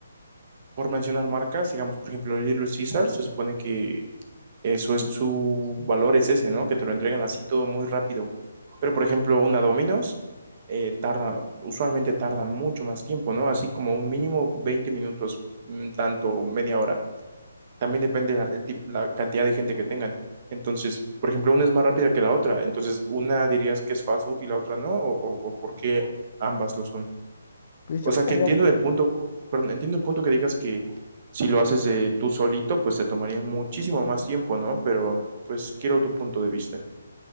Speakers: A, on the right; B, on the left.
A: por mencionar marcas, digamos, por ejemplo, el Little Caesar, se supone que eso es, su valor es ese, ¿no? Que te lo entregan así todo muy rápido. Pero, por ejemplo, una Domino's, eh, tarda, usualmente tarda mucho más tiempo, ¿no? Así como un mínimo 20 minutos, mm, tanto media hora. También depende la, el tip- la cantidad de gente que tengan. Entonces, por ejemplo, una es más rápida que la otra. Entonces, una dirías que es fast food y la otra no, o, o, o por qué ambas lo son.
B: Pues
A: O
B: yo opinaría
A: sea, que entiendo el punto, perdón, entiendo el punto que digas que si lo haces de tú solito, pues te tomaría muchísimo más tiempo, ¿no? Pero, pues, quiero tu punto de vista.